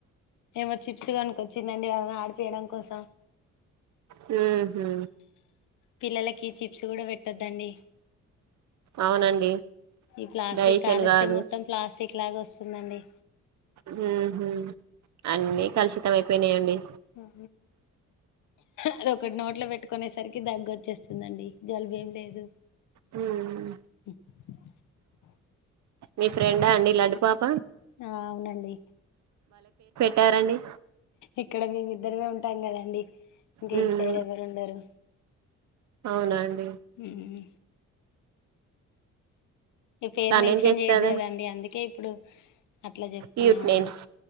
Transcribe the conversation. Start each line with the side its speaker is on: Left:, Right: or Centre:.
Left: ఏమో చిప్స్ కొనుకొచ్చిందండి వాళ్ళని ఆడిపియడం కోసం
Right: హుహు.
Left: పిల్లలకి చిప్స్ కూడా పెట్టొద్దండి
Right: అవునండి
Left: ఈ ప్లాస్టిక్
Right: డైజెషన్
Left: కాలుస్తే
Right: కాదు
Left: మొత్తం ప్లాస్టిక్ లాగా వస్ అవునండి
Right: హుహు అన్నీ కలుషితం అయిపోయినాయండి
Left: అ అది ఒకటి నోట్లో పెట్టుకునేసరికి దగ్గొచ్చేస్తుందండి జలుబు ఏం లేదు
Right: హుమ్
Left: <inaudible>
Right: మీ ఫ్రెండా అండి లడ్డుపాప్
Left: ఆ అవునండి
Right: టారండి
Left: ఇక్కడ మేమిద్దరమే ఉంటాం కదండి ఇంక
Right: హ్మ్.
Left: ఇటు సైడ్ ఎవరు ఉండరు
Right: అవునా అండి
Left: ఉమ్ ఈ పేరు
Right: తనేం
Left: మెన్షన్
Right: చేస్తాద
Left: చేయొద్దు కదా అండి అందుకే ఇప్పుడు అట్లా చెప్తున్నామండి
Right: క్యూట్ నేమ్స్